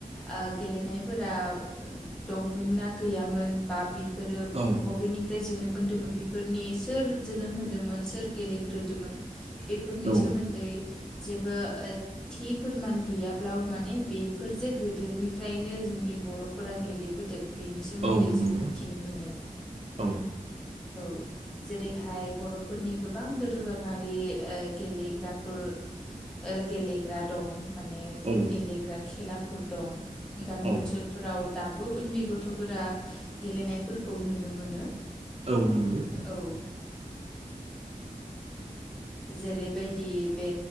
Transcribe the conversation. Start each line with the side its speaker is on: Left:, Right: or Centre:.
Centre: आ गेलेनाय फोरा दंमोन ना गैयामोन बा बे फोरो
Right: औ
Centre: बबेनिफा य जोनोम मोन्दोंमोन बेफोरनि सोर जोनोम होदोंमोन सोर गेले ग्रोदोंमोन बेफोरनि
Right: औ
Centre: सोमोन्दै जेबो ओ थि फोरमान गैयाब्लाबो माने बेफोरजे गोदोनिफ्रायनो जों नि बर'फोरा गेलेबोदों बेनि सोमोन्दै
Right: औ
Centre: जों
Right: नंगौ
Centre: मिथिनो मोनो
Right: औ
Centre: औ जेरैहाय बर'फोरनि गोबां दोरोङारि ओ गेलेग्राफोर ओ गेलेग्रा दं माने
Right: औ
Centre: गेलेग्रा खेलाफोर दं गामि
Right: औ
Centre: ओन लाव दाबो उन्दै गथ'फोरा गेलेनायफोरखौ नुनो मोनो
Right: औ नंगौ
Centre: औ जेरैबायदि बे